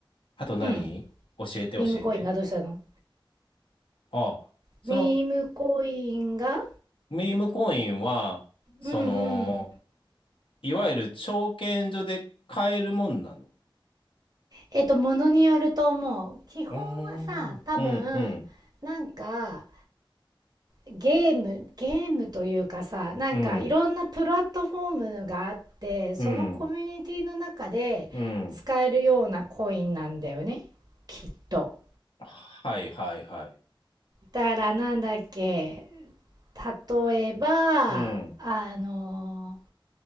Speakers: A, on the left; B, on the right.
A: あと何教えて教えて。
B: う、うん、ミームコインがどうしたの
A: あ、その
B: ミームコインが
A: ミームコインは、その、
B: うんうん
A: いわゆる証券所で買えるもんなの。
B: えっとものによると思う基本はさ多分なんか
A: うーん、うん、うん、
B: ゲーム、ゲームというかさ、なんかいろんなプラットフォームがあって、
A: うん、
B: そのコミュニティの中で使えるようなコインなんだよね、
A: うん、うん。
B: きっと。
A: はいはいはい。
B: だからなんだっけ、例えば、
A: うん、
B: あの、